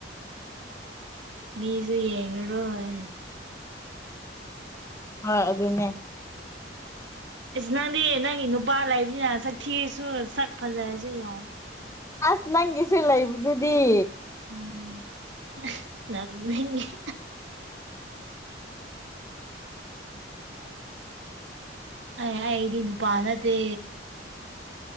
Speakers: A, on the right; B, on the left.
A: ꯃꯤꯁꯨ ꯌꯦꯡꯉꯔꯣꯏ
B: ꯍꯣꯏ ꯑꯗꯨꯅꯦ
A: ꯑꯁ ꯅꯪꯗꯤ ꯅꯪꯒꯤ ꯅꯨꯄꯥ ꯂꯩꯕꯅꯤꯅ ꯁꯛꯊꯤꯔꯁꯨ ꯁꯛ ꯐꯖꯔꯁꯨ ꯌꯥꯔꯦ
B: ꯑꯁ ꯅꯪꯒꯤꯁꯨ ꯂꯩꯕꯗꯨꯗꯤ
A: ꯎꯝ <unintelligible> ꯑꯩ ꯑꯩꯗꯤ ꯅꯨꯄꯥ ꯅꯠꯇꯦ